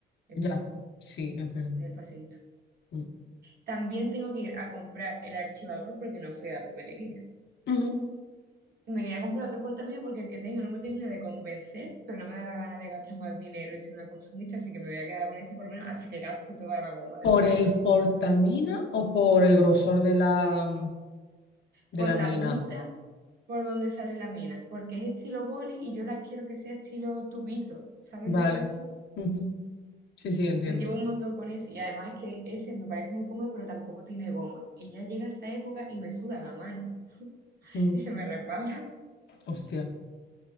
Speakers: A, on the right; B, on the left.
A: Es
B: Ya.
A: peor,
B: Sí, es verdad.
A: en el paseíto.
B: Mm.
A: También tengo que ir a comprar el archivador porque no fui a la papelería.
B: Ujú.
A: Y me quería comprar otro portamina porque el que tengo no me termina de convencer, pero no me da la gana de gastar más dinero y ser una consumista, así que me voy a quedar con ese por lo menos hasta que gaste toda la goma de
B: ¿Por
A: borrar.
B: el portamina o por el grosor de la, de
A: por
B: la
A: la
B: mina?
A: punta por donde sale la mena, porque es estilo boli y yo la quiero que sea estilo tubito, ¿sabes
B: Vale.
A: lo que te digo?
B: Ujú. Sí, sí, entiendo.
A: Pero llevo un montón con ese y además es que ese me parece muy cómodo, pero tampoco tiene goma. Y ya llega esta época y me suda la mano
B: Mm.
A: y se me resbala. <laughs>
B: Hostia.